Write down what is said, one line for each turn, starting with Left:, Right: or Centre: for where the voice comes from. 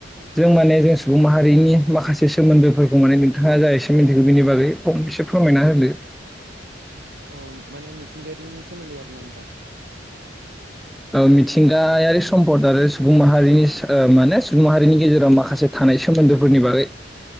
Centre: जों माने जों सुबुं माहारिनि माखासे सोमोन्दोफोरखौ माने नोंथाङा जा एसे मिथिगौ बिनि बागै फंसे फोरमायना होदो।
Right: अ माने मिथिंगायारिनि सोमोन्दै आरोना नोंथां।
Centre: ओ मिथिंगायारि सम्पद आरो सुबुं माहारिनि माने सुबुं माहारिनि गेजेराव माखासे था नाय सोमोन्दोफोरनि बागै